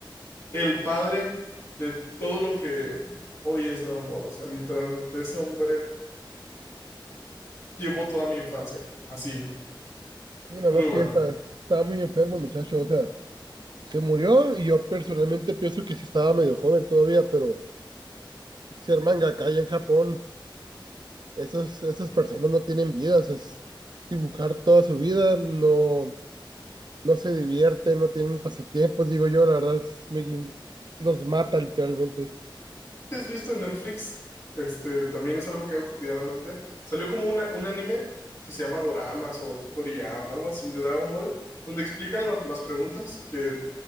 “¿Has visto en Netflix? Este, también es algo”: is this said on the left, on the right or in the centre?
Left